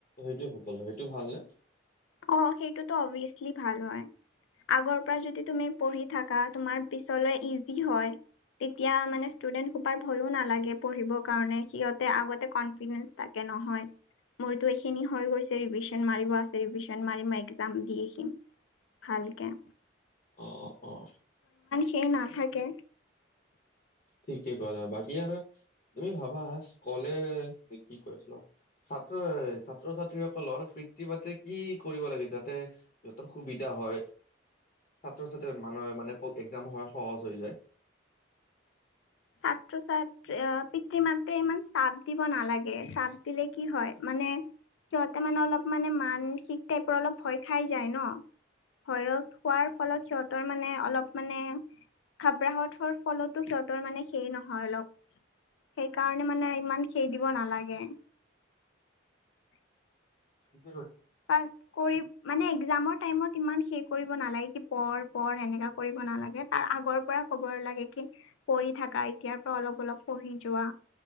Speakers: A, on the left (about 40°); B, on the left (about 75°).
A: সেইটো সফল সেইটো ভাল নে?
B: অঁ সেইটোতো অবভিয়াচলি ভাল হয়। আগৰ পৰা যদি তুমি পঢ়ি থাকা তোমাৰ পিছলৈ ইজি হয়। তেতিয়া মানে ষ্টুডেন্ট সোপাৰ ভয়ও নালাগে পঢ়িবৰ কাৰণে। সিহতে আগতে কনফিডেন্স থাকে। নহয়, মোৰতো এইখিনি হৈ গৈছে ৰিবিচন মাৰিব আছে ৰিবিচন- জানমাৰি মই একজাম দি আহ আহিম ভালকে।
A: অঁ অঁ অঁ।
B: সি নাথাকে।
A: ঠিকেই কৰা বাকী আৰু তুমি ভাবা-। কলে কি কৈছিলো ছাত্ৰ ছাত্ৰ ছাত্ৰী- ছাত্ৰীসকলৰ পিতৃ মাতৃক কি কৰিব লাগে যাতে সিহঁতৰ সুবিধা হয়? ছাত্ৰ ছাত্ৰ মানুহে মানে এক্সাম হয় সহজ হৈ যায়।
B: সাত। ছাত্ৰ ছাত্ৰ আহ পিতৃ মাত্ৰে ইমান চাপ দিব নালাগে। চাপ দিলে কি হয় মানে- সিহঁতে মানে অলপ মানে মানসিক টাইপৰ অলপ ভয় খাই যায় ন। ভয়ত হোৱাৰ ফলত সিহঁতৰ মানে অলপ মানে- খাব্ৰাহতৰ ফলতো সিহঁতৰ মানে- সেই নহয় অলপ। সেইকাৰণে মানে ইমান সেই দিব নালাগে। <unintelligible>
A: উম।
B: পাছ কৰি মানে এক্সাম টাইমত ইমান হেৰি কৰিব নালাগে মানে পঢ় পঢ় এনেকা। কৰিব নালাগে, তাৰ আগৰ পৰা ক'ব লাগে কি পঢ়ি থাকা এতিয়াৰ পৰা অলপ অলপ পঢ়ি যোৱা।